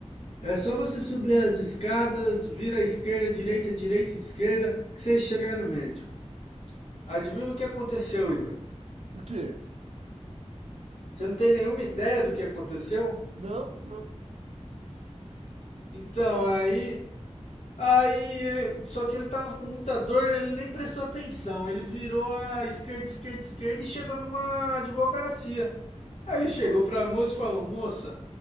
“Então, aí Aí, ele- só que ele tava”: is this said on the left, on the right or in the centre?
Left